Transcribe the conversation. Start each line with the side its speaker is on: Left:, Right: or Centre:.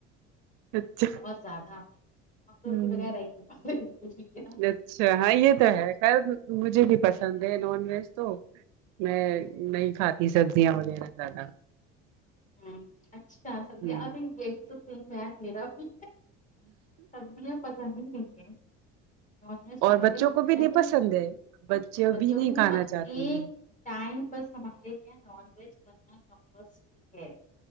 Right: اچھا
Left: بہت زیادہ ہم تو اس
Right: ہ
Left: کے بغیر رہ ہی نہیں پاتش کیا
Right: اچھا ہاں یہ تو ہے خیر مجھے بھی پسند ہے نان ویج تو میں نہیں کھاتی سبزیاں وغیرہ زیادہ
Left: ہ اچھا سبھی
Right: ہ
Left: ارے یہی تو ت <unintelligible> گ میرا بھی سبزیاں پسند ہی نہیں ہے نان ویج ہمارے
Right: اور بچوں کو بھی
Left: کیا
Right: نہیں
Left: تو
Right: پسند ہے بچے
Left: بچوں
Right: بھی نہیں
Left: کو
Right: کھانا
Left: اور
Right: چاہتے
Left: ایک
Right: ہیں
Left: ٹائم بس ہمارے کیا نان ویج بننا کمپلسری ہے